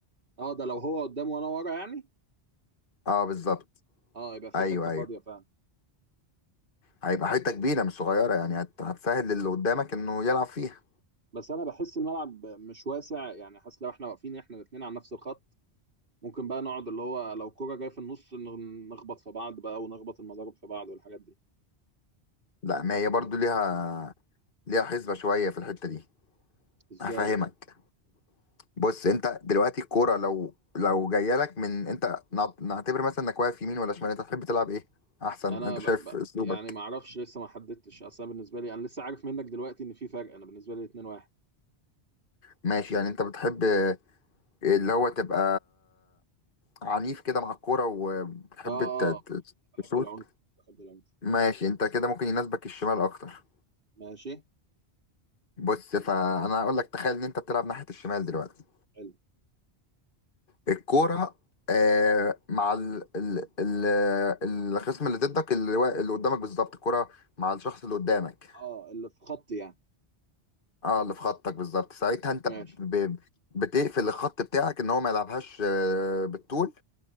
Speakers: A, on the right; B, on the left.
A: اه ده لو هو قدام وانا ورا يعني
B: اه بالظبط
A: اه يبقى في
B: ايوه
A: حته فاضيه
B: ايوه
A: فعلا
B: هيبقى حتة كبيرة مش صغيرة يعني هت... هتسهل للي قدامك انه يلعب فيها
A: بس انا بحس الملعب مش واسع يعني حاسس لو احنا واقفين احنا الاتنين على نفس الخط ممكن بقى نقعد اللي هو لو كرة جايه في النص ن- نخبط في بعض بقى ونخبط المضارب في بعض والحاجات دي
B: لا ما هي برضو ليها ليها حسبة شوية في الحتة دي
A: ازاي
B: هفهمك بص انت دلوقتي الكوره لو لو جايه لك من انت نعت- نعتبر مثلا انك واقف يمين ولا شمال انت تحب تلعب ايه احسن
A: انا
B: انت
A: ب...
B: شايف
A: ب...
B: اسلوبك
A: يعني ما اعرفش لسه ما حددتش اصلا بالنسبه لي انا لسه عارف منك دلوقتي ان في فرق انا بالنسبه لي 2 1
B: ماشي يعني انت بتحب اه، اللي هو تبقى عنيف كده مع الكوره وبتحب
A: اه اه
B: ت- ت-
A: آه. بحب
B: تشوت
A: العنف بحب العنف
B: ماشي انت كده ممكن يناسبك الشمال اكتر
A: ماشي
B: بص فانا هقول لك تخيل ان انت بتلعب ناحيه الشمال دلوقتي
A: حلو
B: الكوره اه، مع ال ال ال الخصم اللي ضدك اللي وا- اللي قدامك بالظبط الكوره مع الشخص اللي قدامك
A: اه اللي في خطي يعني
B: اه اللي في خطك بالظبط ساعتها انت
A: ماشي
B: ب... ب- بتقفل الخط بتاعك ان هو ما يلعبهاش آه، بالطول